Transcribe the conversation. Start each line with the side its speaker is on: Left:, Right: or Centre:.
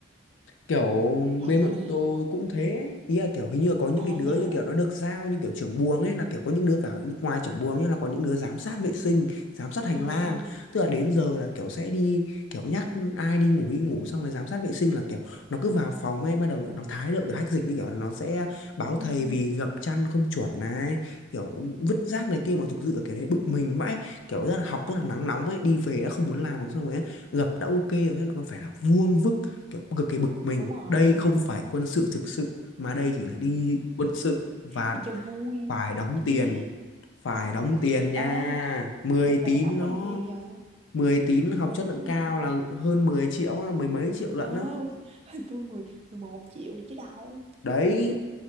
Left: kiểu
Right: là
Left: bên
Right: vậy
Left: bọn
Right: nè
Left: tôi cũng thế ý là kiểu hình như là có những
Right: à
Left: cái đứa
Right: vậy hả
Left: như kiểu nó được giao như kiểu trưởng buồng ấy là kiểu có những đứa cả những- ngoài trưởng buồng nhá là có những đứa giám sát vệ sinh giám sát
Right: ừ
Left: hành lang
Right: ừ
Left: tức là đến giờ là kiểu sẽ đi kiểu nhắc ai đi ngủ đi ngủ xong rồi giám sát vệ sinh là kiểu nó cứ vào phòng ấy bắt đầu kiểu nó thái độ kiểu hách dịch như kiểu là nó sẽ báo
Right: ừ
Left: thầy vì gập chăn không chuẩn này kiểu vứt rác này kia mà thực sự là cái đấy bực mình vãi kiểu rất là học
Right: Ờ,
Left: rất là nắng nóng ấy đi về đã không muốn làm rồi xong rồi ấy, gập đã ok rồi thế lại còn phải là vuông vức kiểu cực kỳ bực mình
Right: đúng rồi.
Left: đây không phải quân sự thực sự mà đây chỉ là đi quân sự và
Right: Đi cho vui,
Left: phải đóng
Right: cho
Left: tiền
Right: biết.
Left: phải đóng
Right: Dạ.
Left: tiền nha
Right: Ê,
Left: mười
Right: bên bà
Left: tín
Right: đóng
Left: nó
Right: bao nhiêu vậy?
Left: 10 tín học
Right: Bên
Left: chất
Right: bà
Left: lượng
Right: đóng bao
Left: cao
Right: nhiêu?
Left: là hơn mười triệu á, mười mấy triệu lận
Right: Ờ,
Left: á
Right: bên, <laughs> tôi 10 11 triệu này chứ đâu.
Left: đấy